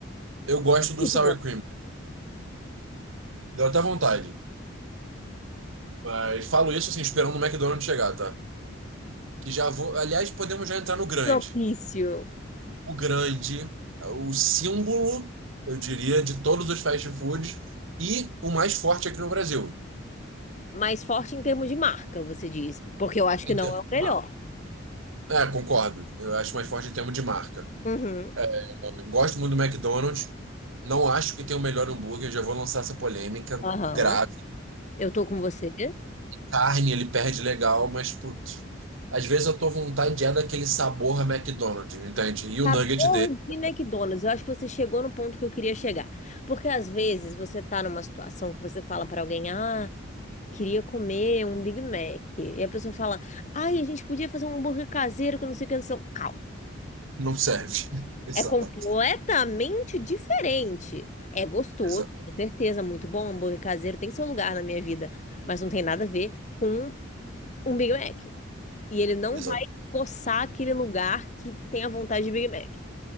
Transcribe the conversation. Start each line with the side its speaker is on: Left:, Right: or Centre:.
Right: Eu gosto do
Left: muito
Right: sour
Left: bom.
Right: cream, deu até vontade. Mas falo isso assim, esperando o McDonald's chegar, tá? Que já vou. Aliás, podemos já entrar no grande.
Left: Propício.
Right: O grande, é o símbolo, eu diria, de todos os fast foods e o mais forte aqui no Brasil.
Left: Mais forte em termos de marca, você diz, porque eu acho que
Right: Em
Left: não
Right: termos
Left: é o
Right: de
Left: melhor.
Right: marca. É, concordo. Eu acho mais forte em termos de marca.
Left: Uhum.
Right: É, é, gosto muito do McDonald's. Não acho que tem o melhor hambúrguer, já vou lançar essa polêmica
Left: Aham.
Right: grave.
Left: Eu tô com você.
Right: carne ele perde legal, mas putz, às vezes a tua vontade é daquele sabor a McDonald's, entende? E o
Left: Sabor
Right: nugget dele
Left: de McDonald's. Eu acho que você chegou no ponto que eu queria chegar. Porque às vezes você tá numa situação que você fala pra alguém, ah, queria comer um Big Mac. E a pessoa fala, ai, a gente podia fazer um hambúrguer caseiro com não sei o que, não sei o que. Calma.
Right: não serve. <laughs> Exato,
Left: É completamente diferente. É gostoso,
Right: exato,
Left: com certeza, muito bom. Hambúrguer caseiro tem seu lugar na minha vida, mas não tem nada a ver com um Big Mac. E ele não
Right: exato.
Left: vai coçar aquele lugar que tem a vontade de Big Mac.